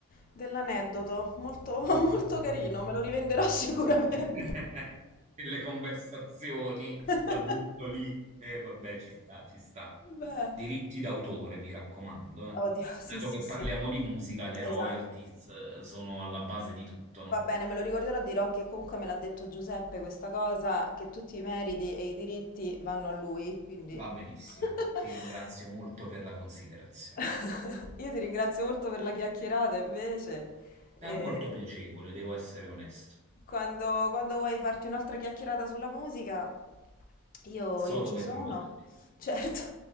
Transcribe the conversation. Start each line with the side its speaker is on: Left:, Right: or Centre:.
Left: dell'aneddoto, molto, <laughs> molto carino, me lo rivenderò sicuramente.
Right: <laughs> Nelle conversazioni
Left: <laughs>
Right: la butto lì e vabbè, ci sta, ci sta.
Left: Beh,
Right: Diritti d'autore, mi raccomando, eh.
Left: oddio, sì,
Right: Dato
Left: sì,
Right: che
Left: sì,
Right: parliamo di musica, le
Left: esatto,
Right: royalties eh, sono alla base di tutto, no?
Left: va bene, me lo ricorderò, dirò che comunque me l'ha detto Giuseppe questa cosa, che tutti i meriti e i diritti vanno a lui, quindi...
Right: Va benissimo.
Left: <laughs>
Right: Ti ringrazio molto per la considerazione.
Left: <laughs> Io ti ringrazio molto per la chiacchierata invece.
Right: È
Left: E
Right: molto piacevole, devo essere onesto.
Left: quando, quando vuoi farti un'altra chiacchierata sulla musica, io,
Right: So
Left: io
Right: dove
Left: ci sono,
Right: trovarti.
Left: certo.